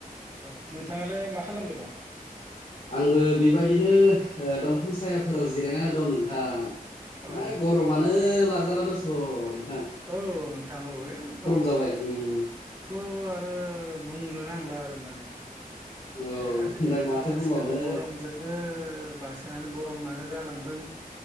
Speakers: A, on the right; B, on the left.
A: औ नों - थाङालाय मा खालामबाय दं?
B: आंबो बेबायदिनो दंफां ओ सायाफोराव जिरायनानै दं नोंथां।
A: औ
B: इ
A: नोंथां
B: गरमानो लाजाला दस' न
A: औ नोंथां औ एकदम
B: जाबाय
A: बेखौ
B: उम
A: आरो। बुंनो नांला आरो माने
B: औ
A: बे आजिखालिथ'
B: नोंथां माथो
A: बांसिनानो
B: बुंबावनो
A: गरमजोंनो बांसिनानो गरम जालांदों